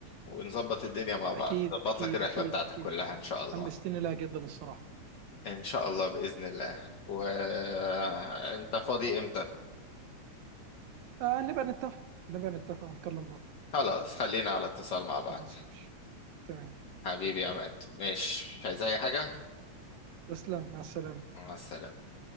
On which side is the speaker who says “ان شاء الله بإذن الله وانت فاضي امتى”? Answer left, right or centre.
Left